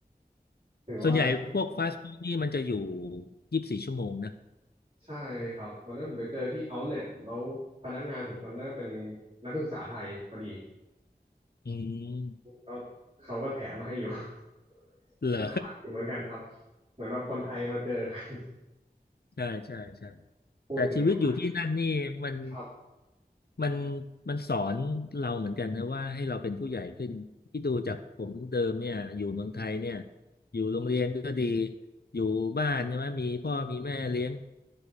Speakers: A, on the right; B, on the left.
A: ถือว่า
B: ส่วนใหญ่พวกฟาสต์ฟู้ดนี่มันจะอยู่ยี่สิบสี่ชั่วโมงนะ
A: ใช่ครับวันนั้นผมไปเจอที่ Outlet แล้วพนักงานผมจำได้ก็เป็นนักศึกษาไทยพอดี
B: อืม
A: ก็เขาก็แถมมาให้อยู่ <laughs>
B: เหรอ
A: น่ารักอยู่เหมือนกันครับเหมือนว่าคนไทยมาเจอกัน
B: <laughs> ใช่ใช่ใช่
A: <laughs> พูดถึงอาหาร
B: แต่ชีวิตอยู่ที่นั่นนี่มัน
A: ครับ
B: มันมันสอนเราเหมือนกันนะว่าให้เราเป็นผู้ใหญ่ขึ้นที่ดูจากผมเดิมเนี่ยอยู่เมืองไทยเนี่ยอยู่โรงเรียนก็ดีอยู่บ้านใช่ไหมมีพ่อมีแม่เลี้ยง